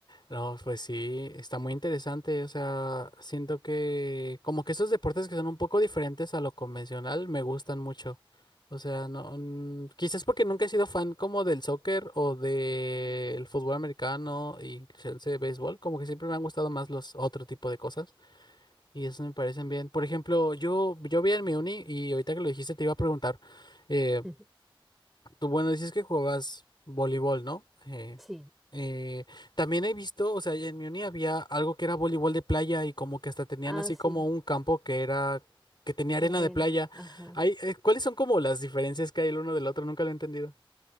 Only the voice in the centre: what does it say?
<laughs>
Sí.
Ah,
sí,
de
arena.
Ajá.